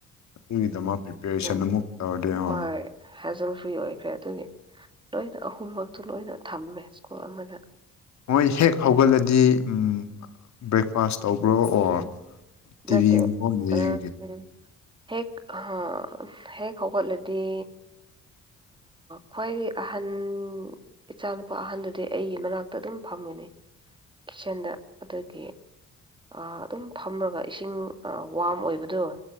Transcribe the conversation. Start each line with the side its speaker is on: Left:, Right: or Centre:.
Left: ꯃꯇꯨꯡꯒꯤꯗ ꯃꯥ ꯄ꯭ꯔꯤꯄꯦꯔꯦꯁꯟ
Right: ꯎꯝ
Left: ꯑꯃꯨꯛ ꯇꯧꯔꯗꯤ ꯑꯣ
Right: ꯍꯣꯏ ꯍꯦꯖꯜ ꯐ꯭ꯔꯤ ꯑꯣꯏꯈ꯭ꯔꯦ ꯑꯗꯨꯒꯤ ꯂꯣꯏꯅ ꯑꯍꯨꯝꯃꯛꯇꯨ ꯂꯣꯏꯅ ꯊꯝꯃꯦ ꯁ꯭ꯀꯨꯜ ꯑꯃꯗ
Left: ꯃꯣꯏ ꯍꯦꯛ ꯍꯧꯒꯠꯂꯗꯤ ꯎꯝ ꯕ꯭ꯔꯦꯛꯐꯥꯁ ꯇꯧꯕ꯭ꯔꯣ ꯑꯣ ꯇꯤꯚꯤ
Right: ꯅꯠꯇꯦ
Left: ꯒꯨꯝꯕꯝ
Right: ꯎꯝ
Left: ꯌꯦꯡꯖꯦ
Right: ꯍꯦꯛ ꯍꯥ ꯍꯦꯛ ꯍꯧꯒꯠꯂꯗꯤ ꯈ꯭ꯋꯥꯏꯗꯒꯤ ꯑꯍꯟ ꯏꯆꯥꯅꯨꯄꯥ ꯑꯍꯟꯗꯨꯗꯤ ꯑꯩꯒꯤ ꯃꯅꯥꯛꯇ ꯑꯗꯨꯝ ꯐꯝꯒꯅꯤ ꯀꯤꯠꯆꯟꯗ ꯑꯗꯨꯒꯤ ꯑꯗꯨꯝ ꯐꯝꯃꯒ ꯏꯁꯤꯡ ꯋꯥꯔꯝ ꯑꯣꯏꯕꯗꯣ